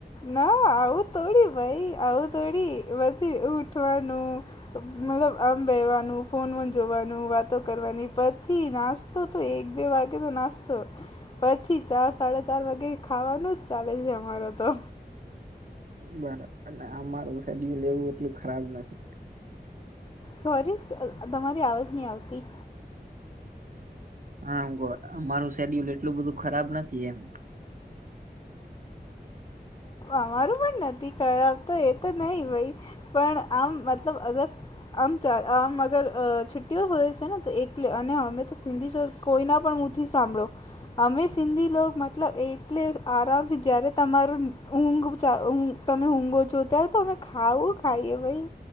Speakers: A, on the left; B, on the right.
A: ના આવું થોડી હોય આવું થોડી પછી ઉઠવાનું મતલબ આમ બેહવાનું ફોન બોન જોવાનું વાતો કરવાની પછી નાસ્ તો તો એક બે વાગે તો નાસ્તો. પછી ચાર સાડા ચાર વાગે ખાવાનું જ ચાલે છે અમારો તો.
B: બરાબર આમારું શેડયુલ એવુ એટલું ખરાબ નથી.
A: સોરી તમારી આવાજ નહીં આવતી.
B: હા અમારું શેડ્યુલ એટલું બધું ખરાબ નથી એમ.
A: અમારું પણ નથી ખરાબ તો એ તો નહી હોય પણ આમ મતલબ અગર આમ ચ આમ અગર છુટ્ટીઓ હોય છે ને તો એટલે અને અમે તો સિંધી શ કોઈના પણ મુહથી સાંભળો અમે સિંધી લોક મતલબ એટલે આરામ જય્યારે તમારું ઊંઘ-ઊંઘ તમે ઊંઘો છો ત્યારે તો અમે ખાવું ખાઈએ ભાઈ.